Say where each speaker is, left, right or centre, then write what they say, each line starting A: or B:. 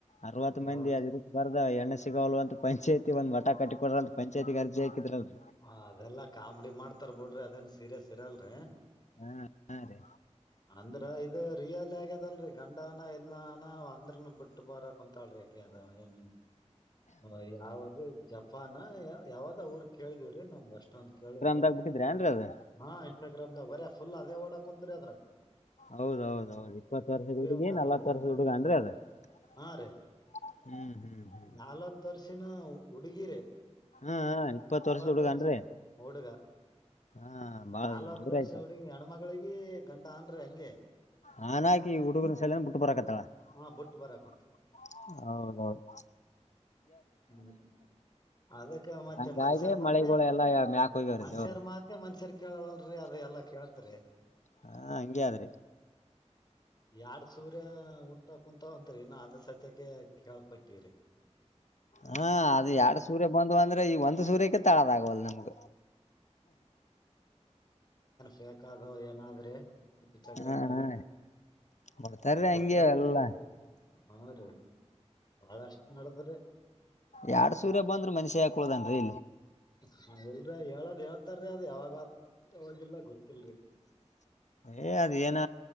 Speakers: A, on the left (about 85°); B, on the left (about 35°).
A: ಅರವತ್ ಮಂದಿ
B: ಯಾವ
A: <unintelligible> ಹೆಣ್ಣು ಸಿಗೋಲ್ ಅಂತ ಪಂಚಾಯತಿ ಒಂದು ಮಠ ಕಟ್ಟಿ ಕೊಡ್ರಿ ಅಂತ ಪಂಚಾಯಿತಿಗೆ ಅರ್ಜಿದ್ರಲ್ರಿ
B: ಹಾ ಅದೆಲ್ಲಾ ಕಾಮಿಡಿ ಮಾಡ್ತಾರ ಬಿಡ್ರಿ ಅದೇನ್ ಸೀರಿಯಸ್ ಇರಲ್ರಿ
A: ಹಾ ಹಾ ರೀ
B: ಅಂದ್ರ ಇದು ರಿಯಾಲ ಆಗ್ಯದಲ್ರರಿ ಗಂಡ ಅನ ಎಲ್ಲ ಅನ ಅಂದ್ರನು ಬಿಟ್ಟು ಬರ ಕುಂತಾಳೀಗ ಅದು ಏನು ಹಾ ಯಾವರೀ ಫಾನ ಯಾವುದು ಊರು ಕೇಳಿದಿವ್ರಿ ನಮ್ ಅಷ್ಟೊಂದು ಕೇಳಲ್ರಿ
A: ದಾಗ್ ಬಿಟ್ಟಿದ್ರೇನ್ರಿ ಅದ
B: ಹಾ ಇನ್ಸ್ಟಾಗ್ರಾಮ್ ದರ ಫುಲ್ ಅದೇ ಓಡೋಕ್ಕೆ ಕುಂತೀರಿ ಅದ್ರೆಗೇ
A: ಹೌದೌದ ಹೌದು ಇಪ್ಪತ್ತು ವರ್ಷದ ಹುಡ್ಗಿ
B: ಒಂದ್ ಅರ್ಧ
A: ನಲವತ್
B: ಗಂಟೆ
A: ವರ್ಷದ
B: ಹಂಗ್.
A: ಹುಡ್ಗ ಅಂದ್ರೆ ಅದ
B: ಹಾ
A: <inaudible>
B: ರೀ
A: ಹ್ಮ್ ಹ್ಮ್ ಹ್ಮ್
B: ನಲ್ವತ್ ವರ್ಷಿನ ಹುಡುಗಿರೆ
A: ಹಾ ಹಾ ಇಪ್ಪತ್ತ್
B: ಇಪ್ಪತ್
A: ವರ್ಷದ್ ಹುಡ್ಗನ್ರಿ
B: ವರ್ಷ ಹುಡುಗ
A: ಹಾ ಬಾಳ
B: ನಾಲ್ವತ್
A: ದೂರ
B: ವರ್ಷ
A: ಐತ
B: ಹುಡುಗಿ ಹೆಣ್ಮಳಿಗೆ ಗಂಡ ಆನ್ರಿ ಹೆಂಗೆ
A: ನಾನಾಕಿ ಹುಡುಗರ ಸೈಲ ಬಿಟ್ಟು ಬರಕತ್ತಳ <inaudible>
B: ಹಾ ಬಿಟ್ಟು ಬರಾಕ್
A: ಹೌದೌದು
B: ಹ್ಮ್ <inaudible> ಅದಕ್ಕೆ ಮತ್ತೆ
A: ಹಂಗಾಗಿ
B: ಮನುಷ್ಯರ ಮಾತ
A: ಮಳೆಗಳು ಎಲ್ಲಾ
B: <inaudible>
A: ಮ್ಯಾಕ್ ಹೋಗ್ಯಾವ್ರಿ
B: ಮನುಷ್ಯರ
A: ದೇವ್ರು
B: ಮಾತ ಮನುಷ್ಯರ್ ಕೇಳವಲ್ರರಿ ಅದ ಎಲ್ಲಾ ಕೇಳ್ತರಿ
A: ಹಾ ಹಂಗೇ ಅನ್ರಿ
B: ಎಡ್ ಸೂರ್ಯ ಊಟ ಕುಂತ ಅಂತರಿ ಇನ್ನು ಅದ ಸತ್ಯಕ್ಕೆ ಕೇಳ್ಪಟ್ಟಿರಿ
A: ಹಾ ಅದು ಎರಡು ಸೂರ್ಯ ಬಂದ ಅಂದ್ರೆ ಈಗ ಒಂದ್ ಸೂರ್ಯಕ ತಳದ ಆಗಲ್ಲ ನಮ್ಗ
B: ಬೇಕಾದವ ಏನಾದ್ರೆ ಇನ್ಸ್ಟಾಗ್ರಾಮ್ದಗ
A: ಹಾ ಹಾ
B: <inaudible>
A: ಬಿಡ್ತಾರ್ರೀ
B: ಬಿಡ್ತಾರೀ
A: ಹಂಗೆ ಎಲ್ಲಾ
B: <inaudible> ಹಾ ರೀ <unintelligible> ನಡದ್ರಿ
A: ಎರಡ್ ಸೂರ್ಯ ಬಂದ್ರರು ಮನುಷ್ಯ ಯಾಕೆ ಉಳಿದನ್ರೀ
B: ಹ ಎಲ್ರ ಹೇಳದ್ ಹೇಳ್ತಾರಿ ಅದ್ ಯಾವಾಗ ಅವಾಗೆಲ್ಲ ಗೊತ್ತು ತಿಳ್ರಿ
A: ಏಯ ಅದ್ ಏನ